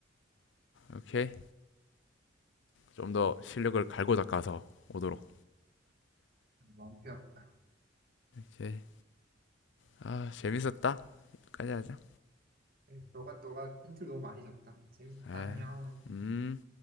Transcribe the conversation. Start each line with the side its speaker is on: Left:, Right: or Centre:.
Left: 오케이 좀 더 실력을 갈고 닦아서 오도록.
Right: 마음 피 아프다.
Left: 이제 아 재밌었다. 여기까지 하자.
Right: 아이, 너가 너가 힌트를 너무 많이 줬다. 재밌었다.
Left: 아,
Right: 안녕.
Left: 음.